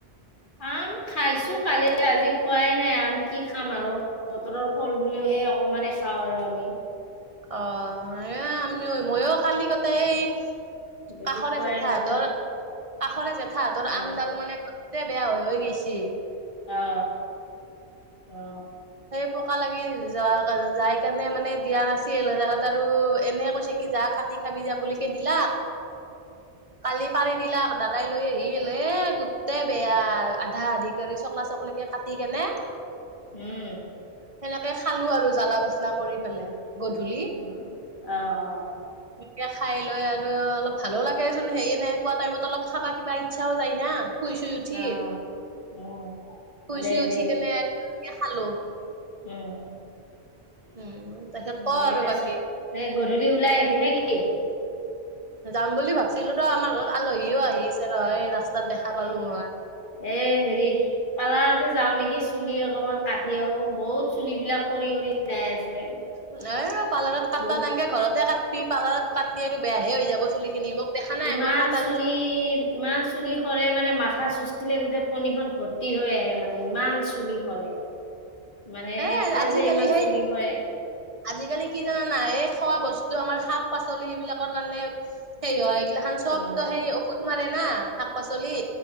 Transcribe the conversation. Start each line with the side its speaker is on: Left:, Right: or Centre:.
Left: আম খাইছো কালি আজি খোৱাই নাই আম কি খাম আৰু বতৰৰ ফল বুলিও সে অকণমানে খাওঁ আৰু আমি।
Right: অ আমিও মইও কালি গোটেই এই
Left: বেছি
Right: কাষৰে
Left: খোৱাই
Right: জেঠাহঁতৰ
Left: নাযায়
Right: কাষৰে জেঠাহঁতৰ আমডাল
Left: অ
Right: মানে গোটেই বেয়া হৈ হৈ গেছে।
Left: অ অ
Right: সেই পকা লাগি যোৱা যাই কাৰণে মানে দিয়া নাছিল তাহত আৰু এনে কৈছে যা কাটি খাবি যা বুলিকে দিলাক কালি পাৰি দিলাক দাদাই লৈ আহি হল এ গোটেই বেয়া আধা আধি কৰি চকলা চকলিকে কাটি কেনে
Left: উম
Right: সেনেকে খালো আৰু জ্বালা পচলা কৰি পেলাই গধূলি সন্ধিয়া
Left: উম, অ', অ',
Right: খাই লৈ আৰু অলপ ভালো লাগেচোন হেৰি এনেকুৱা টাইমত অলপ খাবা কিবা ইচ্ছাও যায় না শুই ছুই উঠি
Left: অ', উম,
Right: শুই
Left: দে,
Right: ছুই উঠি
Left: দে,
Right: কেনে আৰু কি খাল' <unintelligible>
Left: এহ
Right: উম তাৰপিছত ক
Left: ইয়াতে
Right: আৰু
Left: আছে।
Right: বাকী
Left: তই গধূলি ওলাই আহিবি নে কি?
Right: যাম বুলি ভাবিছিলোঁ ৰ আমাৰ ঘৰত আলহীও আহি আছে ৰ এই ৰাস্তাত দেখা পালোঁ মই।
Left: এ হেৰি পাৰ্লাৰতে যাওঁ নেকি চুলি অকণমান কাটি আহোঁ বহুত চুলিবিলাক সৰি সৰি যাই আছে।
Right: এ পাৰ্লাৰত কাটবা
Left: বহু
Right: নালগে ঘৰতে কাটবি, পাৰ্লাৰত কাটলি তুৰ বেয়াহে হৈ যাব চুলি খিনি মোক দেখা নাই
Left: ইমান
Right: মই কাটাৰ
Left: চুলি
Right: পিছত
Left: ইমান চুলি সৰে মানে মাথা চুচিলে গোটেই ফনীখন ভৰ্তি হৈ আহে মানে ইমান চুলি সৰে। মানে
Right: এ
Left: কিয়
Right: আজিকালি
Left: যে ইমান
Right: সেই
Left: চুলি হৰে।
Right: আজিকালি কি জান নাই? এই খোৱা বস্তু আমাৰ শাক পাচলি এইবিলাকৰ কাৰণে সেই হয় এইগিলাখান চব
Left: উম।
Right: তো সেই ঔষধ মাৰে না শাক পাচলি।